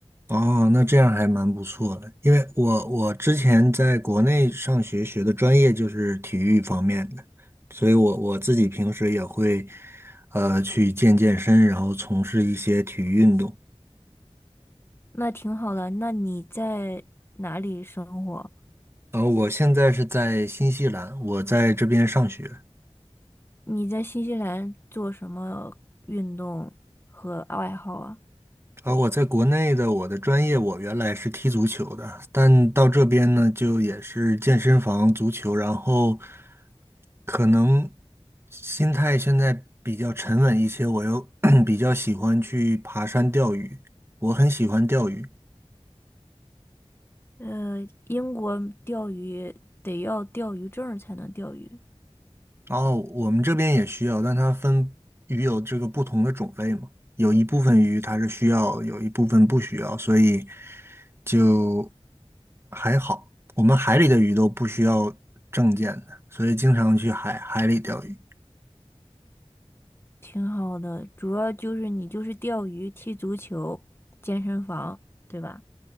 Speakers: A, on the right (about 25°); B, on the left (about 20°).
A: 哦，那这样还蛮不错的，因为我我之前在国内上学学的专业就是体育方面的，所以我我自己平时也会呃去健健身，然后从事一些体育运动。
B: 那挺好的。那你在哪里生活？
A: 呃，我现在是在新西兰，我在这边上学。
B: 你在新西兰做什么运动和爱好啊？
A: 啊，我在国内的我的专业，我原来是踢足球的，但到这边呢，就也是健身房足球，然后可能心态现在比较沉稳一些，我又 <clears throat> 比较喜欢去爬山钓鱼，我很喜欢钓鱼。
B: 呃，英国钓鱼得要钓鱼证儿才能钓鱼。
A: 然后我们这边也需要，但它分鱼有这个不同的种类嘛，有一部分鱼它是需要，有一部分不需要，所以就还好。我们海里的鱼都不需要证件的，所以经常去海海里钓鱼。
B: 挺好的，主要就是你就是钓鱼、踢足球、健身房，对吧？